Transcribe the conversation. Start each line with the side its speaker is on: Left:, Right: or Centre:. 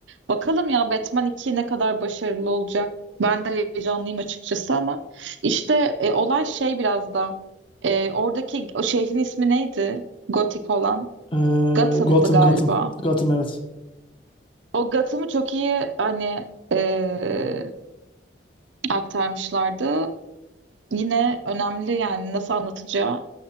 Right: Bakalım ya Batman 2 ne kadar başarılı olacak. Ben de heyecanlıyım açıkçası ama işte e, olay şey biraz da e, oradaki o şehrin ismi neydi? Gotik olan.
Left: Ee,
Right: Gotham'dı
Left: Gotham
Right: galiba.
Left: Gotham. Gotham evet.
Right: O Gotham'ı çok iyi hani e, aktarmışlardı. Yine önemli yani nasıl anlatacağı.